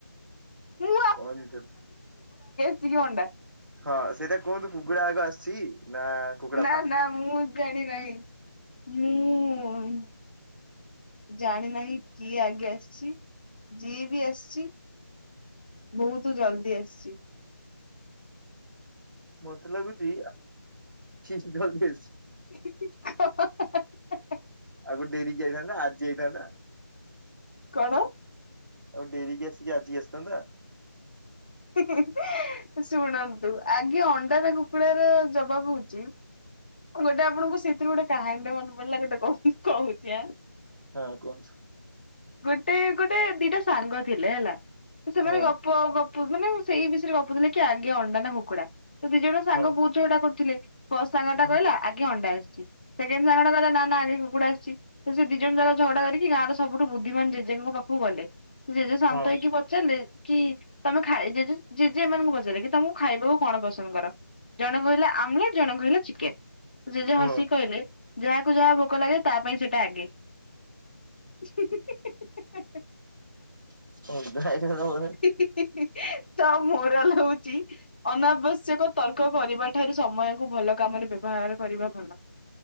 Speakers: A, on the left (about 30°); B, on the right (about 80°).
A: ମୁଁ ତ୍।
B: କନି ସେଗୁଡ଼ା।
A: ଇଏ ଅଣ୍ଡା।
B: ହଁ ସେଇଟା କୁହନ୍ତୁ କୁକୁଡା ଆଗ ଆସିଛି? ନା କୁକୁଡ଼ା
A: ନା
B: ଫାର୍ମ?
A: ନା ମୁଁ ଜାଣି ନାହିଁ ମୁଁ ଜାଣିନାହିଁ କିଏ ଆଗେ ଆସିଛି ଯିଏ ବି ଆସିଛି? ବହୁତ ଜଲଦି ଆସଛି।
B: ମତେ ଲାଗୁଛି <inaudible>
A: ହିଁ ହିଁ ଓଃ ଓଃ ଓଃ।
B: ଆଉ ଗୋଟେଡରିି ଯାଇଥାନ୍ତା ଆଜି ଯାଇଥାନ୍ତା।
A: କଣ?
B: ଆଉ ଡେରି କି ଆସିକି ଆଜିି ଆସିଥାନ୍ତା।
A: ହୁଁ ହୁଁ ଶୁଣନ୍ତୁ ଆଗେ ଅଣ୍ଡାର କୁକୁଡାର ଜପ ଙ୍କହହୁଛି? ଆଉ ଗୋଟେ ଆପଣଙ୍କୁ ସେଇଥିରୁ ଗୋଟେ କାହାଣୀଟ ମନେ ପଡିଲା ଗୋଟେ କହୁ କହୁଛି ଆଁ।
B: ହଁ କୁହନ୍ତୂ?
A: ଗୋଟେ ଗୋଟେ ଦିଟା ସାଙ୍ଗ ଥିଲେ ହେଲା ତ ସେମାନେ
B: ହଁ
A: ଗପ ଗପ ମାନେ ସେଇ ବିୟ ଗପଥିଲେ କି ଆଗେ ଅଣ୍ଡା ନା ଭୁକୁଡା ତ ଦି ଜଣ ସାଙ୍ଗ
B: ହଁ
A: ବହୁତଝଗଡା କରୁଥିଲେ ବ ସାଙ୍ଗ ଟା
B: ହଁ
A: କହିଲା ଆଗେ ଅଣ୍ଡା ଆସିଛି ସେ ସାଙ୍ଗ କଲେ ନାଗ କୁକୁଡା ଆସିଛି ସେ ଦି ଜଣ ଜା ଝଗଡା କରିକି ଗଁ ଓଁ ସବୁଠୁ ବୁଦ୍ଧିମାନ ଜେଜେଙ୍କ ପାଖକୁ ଗଲେ ଜେଜେ ଶାନ୍ତ
B: ହଁ।
A: ହେଇକି ପଚାରିଲେ କି ତମେ ଖାଇ ଜେଜେ ଜେଜେ ଏମାନଙ୍କୁ ପଚାରିଲେ କି ତମକୁ ଖାଇବାକୁ କଣ ପସନ୍ଦ କର ଜଣେ କହିଲା ଆମଲେଟ ଜଣେ କହିଲା ଚିକେନ। ସେ ଯେ ହସି
B: ହଁ
A: କହିଲେ ଯାହାକୁ ଯାହା ଭୋକ ଲାଗେ ତା ପାଇଁ ସେଇଟା ଆଗେ ହୁଁ ହୁଁ ହୁଁ ହୁଁ।
B: <inaudible>
A: ହୁଁ ହୁଁ ହୁଁ ତ ମୋରାଲ ହଉଛି ଅନାବଶ୍ୟକ ତର୍କ କରିବା ଠାରୁ ସମୟ କୁ ଭଲ କାମରେ ବ୍ୟବହାର କରିବା ଭଲ।